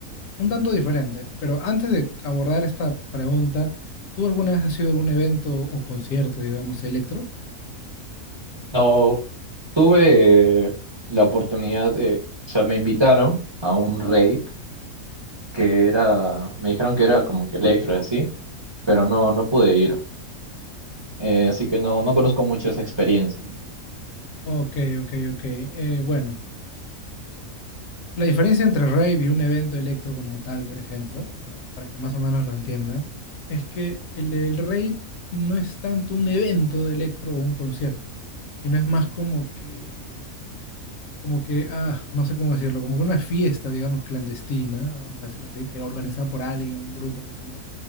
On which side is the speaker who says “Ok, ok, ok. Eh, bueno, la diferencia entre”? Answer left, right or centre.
Left